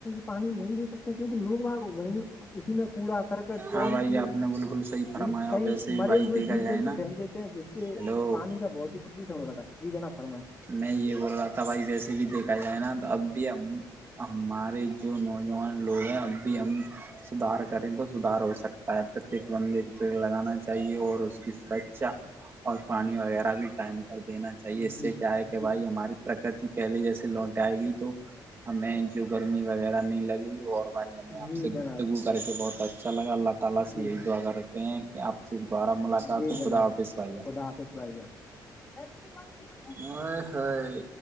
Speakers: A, on the left (about 20°); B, on the right (about 30°).
A: پانی نہیں دے سکتے کیونکہ لوگگ وہی اسی میں کوڑا کرکٹ
B: ہاں
A: پولیتین
B: بھائی آپ نے بالکل صحیح فرمایا
A: ج کئی
B: اور ویسے بھی
A: مرے
B: بھائی
A: ہوئے
B: دیکھا
A: جیو
B: جائے
A: جنتو
B: نا
A: پھینک دیتے ہیں جس سے
B: ہیلو
A: پانی کا بہت ہی پردوشن ہو رہا ہے جی جناب فرمائے
B: میں یہ بول رہا تھا بھائی ویسے بھی دیکھا جائے نا اب بھی ہم ہمارے جو نوجوان لوگ ہیں اب بھی ہم سدار کریں تو سدھار ہو سکتا ہے پرتیک بندے کو پیڑ لگانا چاہیے اور اس کی سرکچا اور پانی وغیرہ بھی ٹائم پر دینا چاہیے
A: جی
B: اس سے کیا ہے کہ
A: جی
B: بھائی ہماری پرکتی پہلے جیسے لوٹ آئے گی تو ہمیں جو گرمی وغیرہ نہیں لگی اور بھائی ہمیں آپ
A: جی
B: سے
A: جناب
B: گفتگو کر کے بہت اچھا لگا اللہ اللہ
A: جی
B: سے یہی دعا کرتے ہیں کہ اپ سے دوبارہ ملاقات
A: جی
B: ہو
A: جناب
B: خدا حافظ بھائی
A: <unintelligible>
B: اے ہائے